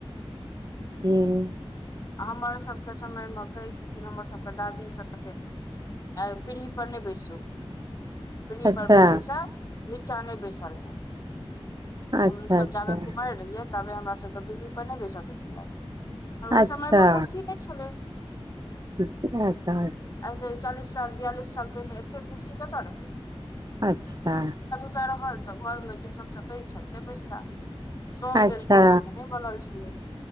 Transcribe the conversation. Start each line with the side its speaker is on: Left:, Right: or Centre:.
Right: जी
Left: हमर सभके समयमे कहै छलखिन हमर सभके दादीसभ जे आ पीढ़ी पर ने बैसू पीड़ी
Right: अच्छा
Left: पर बैसयसँ नीचाँ नहि बैसल हैत हम
Right: अच्छा
Left: सब
Right: अच्छा
Left: जाबे कुमारय रहियै क ताबे हमरा सबके पीढ़ी पर नहि बैसऽ दै छलथि आ ओह
Right: अच्छा
Left: समय मे कुर्सी नहि छलै
Right: सतरह साल
Left: अए से चालीस साल बियालस साल पहिने एते कर्सी कतऽ रहे
Right: अच्छा
Left: ओतए रहल त घरमे जे सभसँ पैघ छल से बैसता सब
Right: अच्छा
Left: लेल कुर्सी त नहि बनल छिलै